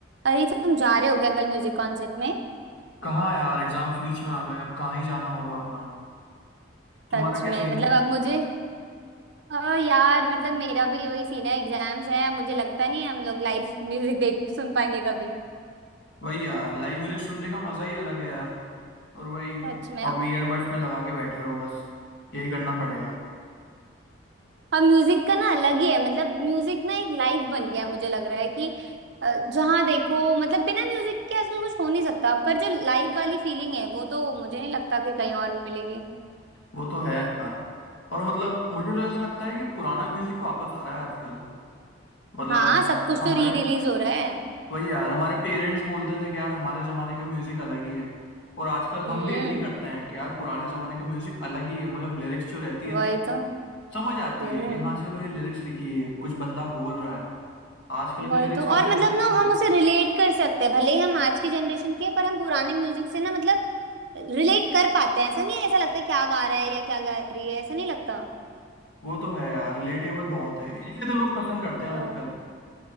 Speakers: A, on the right; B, on the left.
A: अरे तो हम जा रहे हो क्या कल म्यूजिक कॉन्सर्ट में
B: कहाँ यार एग्जाम्स बीच में आ गए अब कहाँ ही जाना होगा अपना तुम्हारा
A: सच
B: क्या
A: में
B: सीन
A: मतलब
B: है
A: अब मुझे अ, यार मतलब मेरा भी वही सीन है एग्जाम्स है मुझे लगता नहीं है हम लोग लाइव म्यूजिक देख सुन पाएंगे कभी
B: वही यार लाइव म्यूजिक सुनने का मजा ही अलग है यार और वही
A: सच में
B: अब
A: <laughs>
B: ईयरबड्स में लगा के बैठे रहो बस यही करना पड़ेगा
A: अब म्यूजिक का ना अलग ही है मतलब म्यूजिक ना एक लाइफ बन गया है, मुझे लग रहा है कि अ, जहाँ देखो मतलब बिना म्यूजिक के आजकल कुछ हो नहीं सकता पर जो लाइव वाली फीलिंग है वो तो मुझे नहीं लगता कि कहीं और मिलेगी
B: वो तो है यार और मतलब मुझे तो ऐसा लगता है कि पुराना म्यूजिक वापस आ रहा है आजकल मतलब
A: हाँ सब कुछ
B: हमारे
A: तो री रिलीज हो रहा है
B: वही यार हमारे पेरेंट्स बोलते थे कि यार हमारे जमाने का म्यूजिक अलग ही है और आजकल हम
A: हम्म
B: भी एग्री करते हैं कि यार पुराने जमाने का म्यूजिक अलग ही है मतलब लिरिक्स जो रहती
A: वही
B: है ना
A: तो
B: समझ आती
A: हम्म
B: है कि हाँ चलो ये लिरिक्स लिखी है कुछ बंदा बोल रहा है आजकल की
A: वही
B: लिरिक्स
A: तो
B: वैसी
A: और
B: रहती
A: मतलब
B: ही
A: ना
B: नहीं
A: हम
B: है
A: उसे रिलेट कर सकते हैं भले ही हम आज की जनरेशन के हैं, पर हम पुराने म्यूजिक से ना मतलब रिलेट कर पाते हैं ऐसा नहीं है, ऐसा लगता है क्या गा रहा है या क्या गा रही है ऐसा नहीं लगता
B: वो तो है यार रिलेटेबल बहुत है इसीलिए तो लोग पसंद करते
A: बहुत
B: हैं आजकल